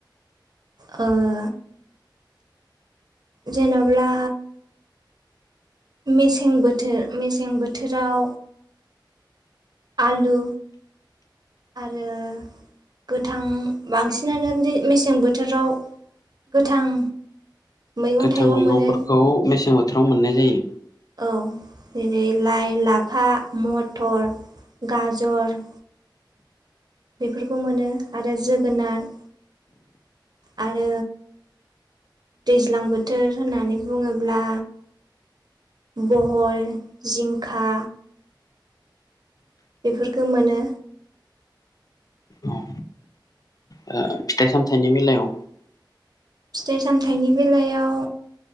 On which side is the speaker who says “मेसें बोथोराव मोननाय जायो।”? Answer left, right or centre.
Left